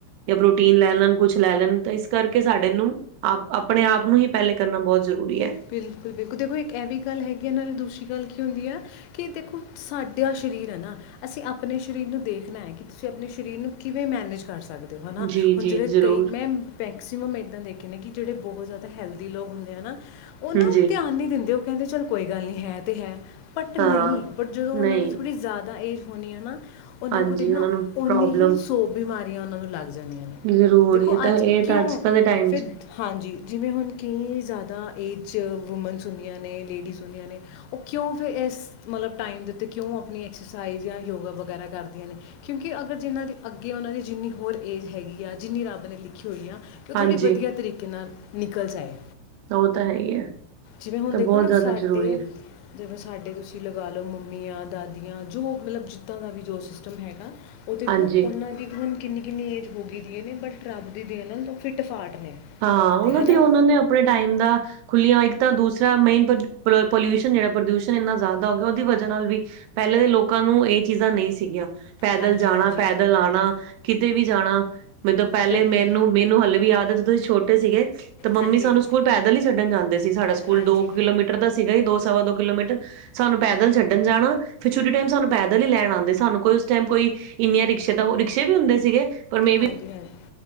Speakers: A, on the right; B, on the left.
A: ਜਾਂ ਪ੍ਰੋਟੀਨ ਲੈ ਲੈਣ, ਕੁਛ ਲੈ ਲੈਣ ਤਾਂ ਇਸ ਕਰਕੇ ਸਾਡੇ ਨੂੰ, ਆਪ ਆਪਣੇ ਆਪ ਨੂੰ ਹੀ ਪਹਿਲੇ ਕਰਨਾ ਬਹੁਤ ਜ਼ਰੂਰੀ ਹੈ।
B: ਬਿਲਕੁਲ-ਬਿਲਕੁਲ, ਦੇਖੋ ਇੱਕ ਇਹ ਵੀ ਗੱਲ ਹੈਗੀਨਾਂ ਨਾਲੇ ਦੂਸਰੀ ਗੱਲ ਕੀ ਹੁੰਦੀ ਆ, ਕਿ ਦੇਖੋ ਸਾਡਾ ਸ਼ਰੀਰ ਹੈ ਨਾ, ਅਸੀਂ ਆਪਣੇ ਸ਼ਰੀਰ ਨੂੰ ਦੇਖਣਾ ਹੈ, ਕਿ ਤੁਸੀਂ ਆਪਣੇ ਸ਼ਰੀਰ ਨੂੰ ਕਿਵੇਂ ਮੈਨੇਜ ਕਰ ਸਕ ਸਕਦੇ ਹੋ ਹਨਾ,
A: ਜੀ
B: ਹੁਣ
A: ਜੀ
B: ਜਿਹੜੇ
A: ਜ਼ਰੂਰ
B: ਕਈ, ਮੈਂ ਮੈਕਸੀਮਮ ਇੱਦਾਂ ਦੇਖੇ ਨੇ ਕਿ ਜਿਹੜੇ ਬਹੁਤ ਜ਼ਿਆਦਾ ਹੈਲਦੀ ਲੋਗ ਹੁੰਦੇ ਆ ਹਨਾ ਉਹ ਨਾ
A: ਜੀ
B: ਧਿਆਨ ਨਹੀਂ ਦਿੰਦੇ ਉਹ ਕਹਿੰਦੇ ਚੱਲ ਕੋਈ ਗੱਲ ਨੀ, ਹੈ ਤੇ ਹੈ। ਬਟ ਨਹੀਂ,
A: ਹਾਂ
B: ਬਟ ਜਦੋਂ ਉਹਨਾਂ
A: ਨਹੀਂ
B: ਦੀ ਥੋੜ੍ਹੀ ਜ਼ਿਆਦਾ ਏਜ ਹੋਨੀ ਏ ਨਾ ਉਹਨਾਂ
A: ਹਾਂਜੀ
B: ਕੋਲ ਦੇਖਣਾ,
A: ਨੂੰ
B: ਓਹਨੀ
A: ਪ੍ਰੋਬਲਮ
B: ਹੀ ਸੋ ਬਿਮਾਰੀ ਬੀ ਉਹਨਾਂ ਨੂੰ ਲੱਗਦਾ ਜਾਂਦੀਆਂ,
A: ਜ਼ਰੂਰ
B: ਦੇਖੋ
A: ਇਹ ਤਾਂ
B: ਅੱਜ
A: ਇਹ
B: ਕਿਉਂ
A: ਤਾਂ ਅੱਜ ਕੱਲ ਦੇ ਟਾਈਮ
B: ਫਿਰ,
A: ਚ
B: ਹਾਂਜੀ ਜਿਵੇਂ ਹੁਣ ਕਈ ਜ਼ਿਆਦਾ ਈਦ ਚ ਵੂਮਨਸ ਹੁੰਦੀਆਂ ਨੇ, ਲੇਡੀਜ਼ ਹੁੰਦੀਆਂ ਨੇ, ਉਹ ਕਿਉਂ ਫਿਰ ਇਸ ਮਤਲਬ ਟਾਈਮ ਦੇ ਉੱਤੇ ਕਿਉਂ ਆਪਣੀ ਐਕਸਰਸਾਈਜ਼ ਜਾਂ ਯੋਗਾ ਵਗੈਰਾ ਕਰਦੀਆਂ ਨੇ? ਕਿਉਂਕਿ ਅਗਰ ਜਿਨਾਂ ਦੀ ਅੱਗੇ ਉਹਨਾਂ ਦੀ ਜਿੰਨੀ ਹੋਰ ਏਜ ਹੈਗੀ ਆ, ਜਿੰਨੀ ਰੱਬ ਨੇ ਲਿਖੀ ਹੋਈ ਆ ਕਿ ਉਹ
A: ਹਾਂਜੀ
B: ਥੋੜ੍ਹੀ ਵਧੀਆ ਤਰੀਕੇ ਨਾਲ ਨਿਕਲ ਜਾਏ।
A: ਉਹ ਤਾਂ ਹੈ ਹੀ ਹੈ
B: ਜਿਵੇਂ ਹੁਣ
A: ਤਾਂ
B: ਦੇਖੋ
A: ਬਹੁਤ
B: ਨਾ
A: ਜ਼ਿਆਦਾ
B: ਸਾਡੇ,
A: ਜ਼ਰੂਰੀ ਹੈ।
B: ਜਿਵੇਂ ਸਾਡੇ ਤੁਸੀਂ ਲਗਾ ਲਓ ਮੰਮੀਆਂ ਦਾਦੀਆਂ, ਜੋ ਮਤਲਬ ਜਿੱਦਾਂ ਦਾ ਵੀ ਜੋ ਸਿਸਟਮ ਹੈਗਾ ਉਹ ਦੇਖੋ
A: ਹਾਂਜੀ,
B: ਉਹਨਾਂ ਦੀ ਹੁਣ ਕਿੰਨੀ-ਕਿੰਨੀ ਏਜ ਹੋ ਗਈ। ਨੇ ਬਟ ਰੱਬ ਦੀ ਦੇਣ ਫਿੱਟ ਫਾਟ ਨੇ
A: ਹਾਂ ਉਹਨਾਂ
B: ਤੇ ਹੈ
A: ਦੀ
B: ਨਾ
A: ਉਹਨਾਂ ਨੇ ਆਪਣੇ ਟਾਈਮ ਦਾ ਖੁੱਲੀਆਂ ਇੱਕ ਤਾਂ ਦੂਸਰਾ ਮੇਨ ਪੋਲਿਊਸ਼ਨ ਜਿਹੜਾ ਪ੍ਰਦਿਊਸ਼ਨ ਇੰਨਾ ਜ਼ਿਆਦਾ ਹੋ ਗਿਆ ਉਹਦੀ ਵਜ੍ਹਾ ਨਾਲ ਵੀ ਪਹਿਲੇ ਦੇ ਲੋਕਾਂ ਨੂੰ ਇਹ ਚੀਜ਼ਾਂ ਨਹੀਂ ਸੀਗੀਆਂ ਪੈਦਲ
B: ਹਾਂਜੀ
A: ਜਾਣਾ
B: ਹਾਂਜੀ
A: ਪੈਦਲ ਆਣਾ ਕਿਤੇ ਵੀ ਜਾਣਾ ਮੈਨ ਤੋਂ ਪਹਿਲੇ
B: ਬਿਲਕੁਲ
A: ਮਨੂੰ ਮੈਨੂੰ ਹਲੇ ਵੀ ਯਾਦ ਹੈ ਜਦੋਂ ਛੋਟੇ ਸੀਗੇ ਤੇ ਮੰਮੀ
B: ਹਾਂਜੀ
A: ਸਾਨੂੰ ਸਕੂਲ ਪੈਦਲ ਹੀ ਛੱਡਣ ਜਾਂਦੇ ਸੀ ਸਾਡਾ ਸਕੂਲ
B: ਹਾਂਜੀ
A: ਦੋ ਕੁ
B: ਹਾਂਜੀ
A: ਕਿਲੋਮੀਟਰ ਦਾ ਸੀਗਾ ਹੀ ਦੋ ਸਵਾ ਦੋ ਕਿਲੋਮੀਟਰ ਸਾਨੂੰ ਪੈਦਲ ਛੱਣ ਜਾਣਾ ਫਿਰ ਛੋਟੀ ਟਾਈਮ ਸਾਨੂੰ ਪੈਦਲ ਹੀ ਲੈਣ ਆਉਂਦੇ ਸਾਨੂੰ ਕੋਈ ਉਸ ਟਾਈਮ ਕੋਈ ਇੰਨੀਆਂ ਰਿਕਸ਼ੇ ਤਾਂ ਰਿਕਸ਼ੇ ਵੀ ਹੁੰਦੇ ਸੀਗੇ ਪਰ ਮੇ
B: ਹਾਂਜੀ ਹਾਂਜੀ